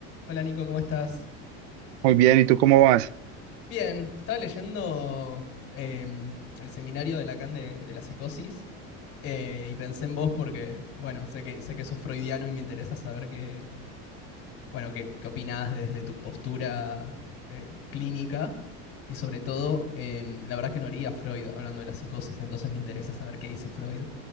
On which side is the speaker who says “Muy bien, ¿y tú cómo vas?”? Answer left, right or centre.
Right